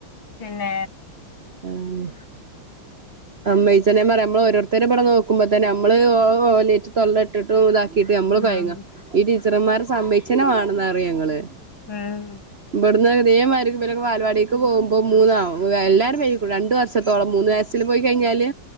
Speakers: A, on the left; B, on the right.
A: പിന്നെ
B: അതാണെ സമ്മയിച്ചനം ഞാൻ പറയാ നമ്മള് ഓരോരുത്തരെബടെ നോക്ക്പ്പൊ തന്നെ നമ്മള് ഓലേറ്റ് തൊള്ളട്ടിട്ടും ഇതാ ക്കിട്ട് നമ്മള്
A: ഉം
B: കൊയങ്ങ ഈ ടീച്ചർന്മാരെ സമ്മയിച്ചെന്നെവാണന്ന് പറയെ ഞങ്ങള്
A: ഉം
B: ഇബട്ന്ന് ഇതേമാരിക്ക് ഇവരൊക്കെ ബാലവാടി ടിക്ക് പോവുമ്പോ മുന്നാവും എല്ലാരും വൈകിക്ക്ണു രണ്ടു വർഷത്തോളം മൂന്ന് വയസ്സിൽ പോയി കഴിഞ്ഞാല്